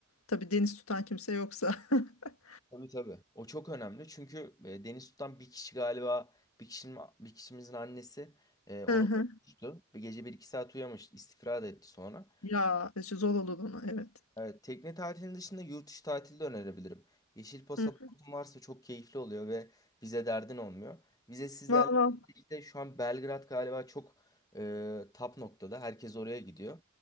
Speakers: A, on the left; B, on the left.
A: Tabii deniz tutan kimse yoksa. <laughs>
B: Tabii tabii. O çok önemli. Çünkü e, Deniz tutan bir kişi galiba bir kişinin bir kişimizin annesi e, onu
A: Hı hı.
B: tutmuştu. Bir gece bir iki saat uyumamış. istifra da etti sonra.
A: Ya işte zor olur ona evet.
B: Evet, tekne tatilinin dışında yurt dışı tatili de önerebilirim. Yeşil pasaportun
A: Hı
B: varsa çok keyifli oluyor ve vize derdin olmuyor. Vizesiz
A: Var
B: yerlerde
A: var.
B: işte şu an Belgrad galiba çok e, tap noktada. Herkes oraya gidiyor.